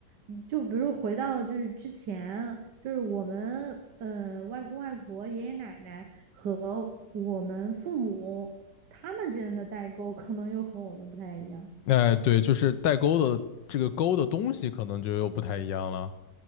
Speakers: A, on the right (about 65°); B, on the left (about 75°).
A: 嗯就比如回到就是之前，就是我们呃外公外婆、爷爷奶奶和我们父母他们之间的代沟，可能又和我们不太一样。
B: 哎、对，就是代沟的这个沟的东西可能就又不太一样了。